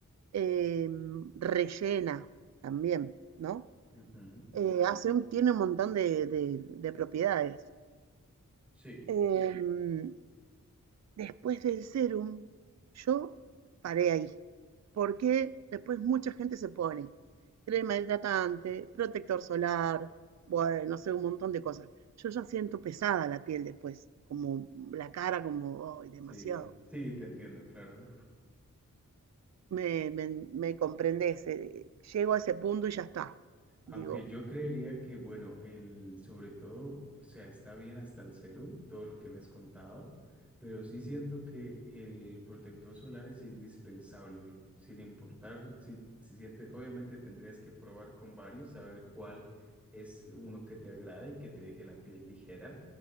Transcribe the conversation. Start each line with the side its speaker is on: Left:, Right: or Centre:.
Right: eh, rellena también, ¿no?
Centre: ujú.
Right: Eh, hace un- tiene un montón de, de- de propiedades.
Centre: Sí,
Right: Em, después del serum, yo paré ahí, porque después mucha gente se pone crema hidratante, protector solar, bueno, no sé, un montón de cosas. Yo ya siento pesada la piel después, como la cara, como, ay,
Centre: sí,
Right: demasiado.
Centre: sí, te entiendo, claro.
Right: Me, me, me comprendés, eh, llego a ese punto y ya está.
Centre: Aunque
Right: Digo,
Centre: yo creería que, bueno, el, sobre todo, o sea, está bien hasta el serum, todo lo que me has contado, pero sí siento que el protector solar es indispensable, sin importar si, si sientes, obviamente tendrías que probar con varios, saber cuál es uno que te agrade y que te deje la piel ligera,